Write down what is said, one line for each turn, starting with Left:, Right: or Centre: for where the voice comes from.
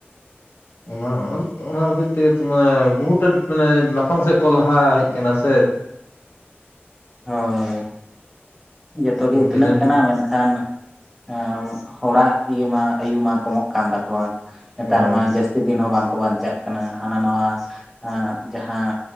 Left: ᱚᱱᱟ ᱚᱱ ᱠᱷᱟᱹᱛᱤᱨ ᱛᱮᱜᱮ ᱛᱚ ᱢᱟᱱᱮ ᱵᱚᱦᱩ ᱴᱟᱴ ᱢᱟᱱᱮ ᱞᱟᱯᱷᱟᱝ ᱥᱮᱫ ᱠᱚ ᱞᱟᱦᱟ ᱦᱮᱡ ᱟᱠᱟᱱᱟ ᱥᱮ᱾
Centre: ᱦᱳᱭ ᱾ ᱡᱚᱛᱚᱜᱮ ᱩᱛᱱᱟᱹᱜ
Left: ᱫᱤᱱᱟᱹᱢ
Centre: ᱠᱟᱱᱟ ᱢᱮᱱᱠᱷᱟᱱ ᱠᱷᱟᱱ ᱦᱚᱲᱟᱜ ᱤᱭᱟᱹ ᱢᱟ ᱟᱭᱩ ᱢᱟ ᱠᱚᱢᱚᱜ ᱠᱟᱱ ᱛᱟᱠᱚᱣᱟ ᱾ ᱱᱮᱛᱟᱨ
Left: ᱦᱳᱭ
Centre: ᱢᱟ ᱡᱟᱹᱥᱛᱤ ᱫᱤᱱ ᱦᱚᱸ ᱵᱟᱝᱠᱚ ᱵᱟᱧᱪᱟᱜ ᱠᱟᱱᱟ ᱦᱟᱱᱟ ᱱᱟᱣᱟ ᱡᱟᱦᱟᱸ